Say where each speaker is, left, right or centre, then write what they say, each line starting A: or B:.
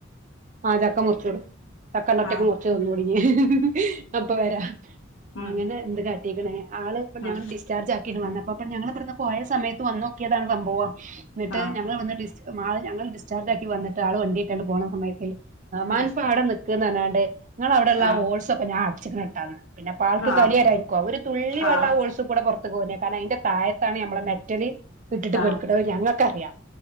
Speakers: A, on the right (about 40°); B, on the left (about 75°).
A: ആഹ് ചക്ക മുറച്ചിടും ചക്കണ്ടറ്റൊക്ക്
B: ആഹ്
A: മുറച്ച് തിന്നോടങ്ങി ഞാ അപ്പ വരാ
B: ഉം
A: അങ്ങനെ എന്ത് കാട്ടിക്കണേ ആൾ ഇപ്പ
B: ഉം
A: ഞങ്ങൾ ഡിസ്ചാർജ് ആക്കി വന്നപ്പോ ഞങ്ങൾ ഇവിടുന്ന് പോയ സമയത്ത് വന്നോക്കിയതാണ് സംഭവം എന്നിട്ട്
B: ആഹ്
A: ഞങ്ങൾ അവിടുന്ന് ഡിസ്സ് മാൾ ഞങ്ങൾ ഡിസ്ചാർജ് ആക്കി വന്നിട്ട് ആൾ വണ്ടിക്കണ്ട് പോണ സമയത്ത് തമാൻ
B: ഉം
A: ഇപ്പ അവിടെ നിക്ക്ന്നല്ലാണ്ട് നിങ്ങളവിടെള്ള
B: ആഹ്
A: ഹോൾസക്കേ ഞാൻ അടചേക്കണ് കേട്ട ആൾക്ക്
B: ആഹ്
A: കലിയാരായിരിക്കും ഒരു തുള്ളി വെള്ളം
B: ആഹ്
A: ആ ഹോൾസികൂടെ കാരണം അയിന്റെ താഴത്താണ് നമ്മള മെറ്റല് ഇട്ടിട്ട്
B: ആഹ്
A: കിടുക്കുന്നത് ഞങ്ങൾക്ക് അറിയാം